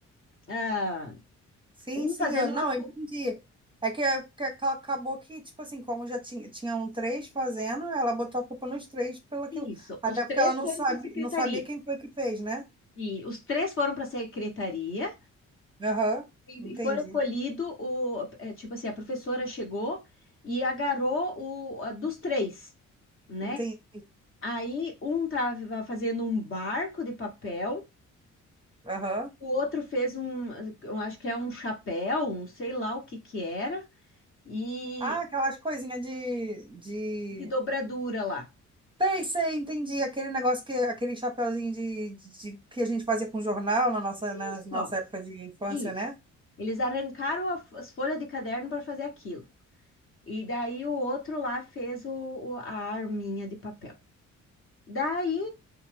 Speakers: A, on the left; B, on the right.
A: ah,
B: Sim,
A: um
B: sim,
A: fazendo
B: eu não,
A: uma. co-
B: eu entendi. É que, é que ac- acabou que, tipo assim, como já tinha, tinham três fazendo, ela botou a culpa nos três pelo aquilo.
A: Isso,
B: Até
A: os três
B: porque ela não
A: foram
B: sabe,
A: para a secretaria.
B: não sabia quem foi que fez, né?
A: E os três foram para a secretaria
B: Aham,
A: e,
B: entendi.
A: e foi recolhido o, é, tipo assim, a professora chegou e agarrou o a dos três. Né?
B: Entendi.
A: Aí um tava fazendo um barco de papel,
B: Aham.
A: o outro fez um, eu acho que é um chapéu, um sei lá o que que era, e
B: Ah, aquelas coisinhas de, de
A: de dobradura lá.
B: Sei, sei, entendi. Aquele negócio que, aquele chapeuzinho de, de- de- que a gente fazia com jornal na nossa,
A: Isso,
B: na nossa
A: ó,
B: época de infância,
A: isso.
B: né?
A: Eles arrancaram a- as folhas de caderno para fazer aquilo. E daí o outro lá fez o, o- a arminha de papel. Daí,